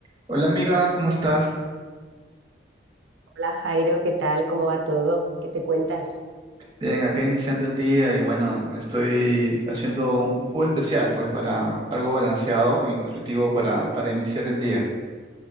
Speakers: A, on the right; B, on the right.
A: Hola amiga, ¿cómo estás?
B: Hola Jairo, ¿qué tal? ¿Cómo va todo? ¿Qué te cuentas?
A: Bien, acá iniciando el día y bueno, me estoy haciendo un un jugo especial, pues para algo balanceado y nutritivo para, para iniciar el día.